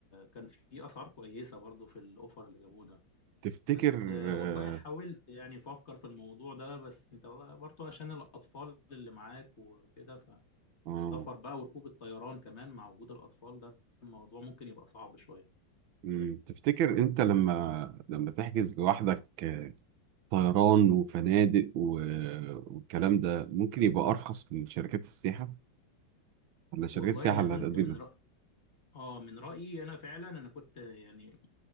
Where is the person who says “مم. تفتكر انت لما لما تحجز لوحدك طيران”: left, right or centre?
Right